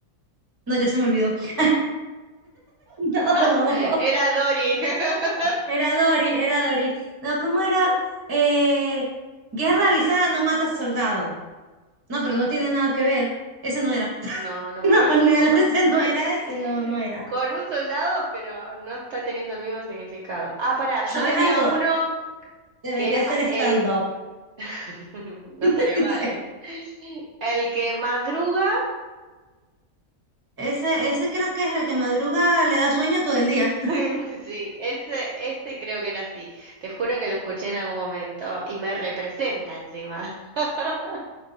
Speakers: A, on the right; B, on the right.
A: no, ya se me olvidó. <laughs> No,
B: <laughs> Era Dory. <laughs>
A: era Dory, era Dory. No, ¿cómo era? Eh, guerra avisada no mata soldado. No, pero
B: Gran-
A: no tiene nada que ver. Ese no era. <laughs>
B: No, no
A: No,
B: me <laughs>
A: olvídalo, ese no era, ese no, no era.
B: Con un soldado, pero no está teniendo el mismo significado. Ah, pará, yo
A: ¿Sabes
B: tenía
A: algo?
B: uno
A: Debería
B: que era
A: ser stand-up.
B: el. <laughs> No
A: <laughs>
B: estaría mal, ¿eh? El que madruga.
A: Ese, ese creo que es el que madruga, le da sueño todo el día.
B: <laughs> Sí, ese, ese creo que era así. Te juro que lo escuché en algún momento y me representa encima. <laughs>